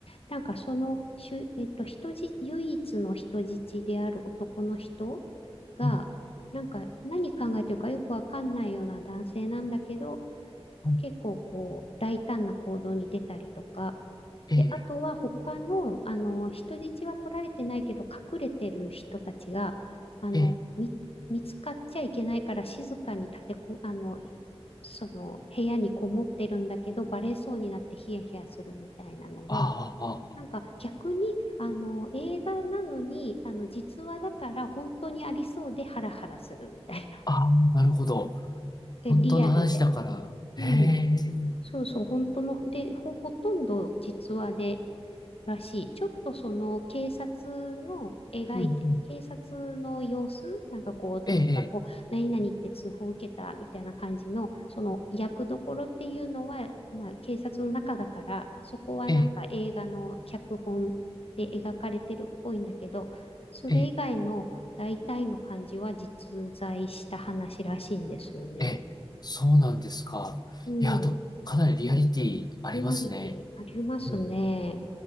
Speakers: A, on the left; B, on the left.
A: なんかそのしゅ、えっと、人じ、唯一の人質である男の人が、
B: う
A: なんか何考えてるかよくわかんないような男性なんだけど、
B: ん
A: 結構こう大胆な行動に出たりとか、
B: ええ、
A: で、あとは他の、あの、人質は取られてないけど隠れてる人たちが、あの、
B: ええ、
A: み、見つかっちゃいけないから静かに立てこ、あの、その部屋にこもってるんだけどバレそうになってヒヤヒヤするみたいなのが、
B: ああ、ああ、
A: なんか逆に、
B: ああ
A: あの、映画なのに、あの、実話だから本当にありそうでハラハラするみたいな。
B: ああ、なるほど。
A: え、
B: 本当の話だから。
A: リアルで。
B: ええ
A: うん。そうそう、本当の、で、ほ、ほとんど実話で、らしい。ちょっとその警察の描いて、
B: うんうん。
A: 警察の様子、なんかこう、
B: ええ、
A: 例えばこう、何々って通報を受けたみたいな感じの、その役どころっていうのは、まあ警察の中だから、そこはなんか映画の脚本で描かれてるっぽいんだけど、
B: ええ、
A: それ以外の大体の感じは実在した話らしいんですよね。
B: ええ、ええ、そうなんですか。
A: うん。
B: いや、あと、かなりリアリティありますね。
A: リアリティありますね。
B: うんうん。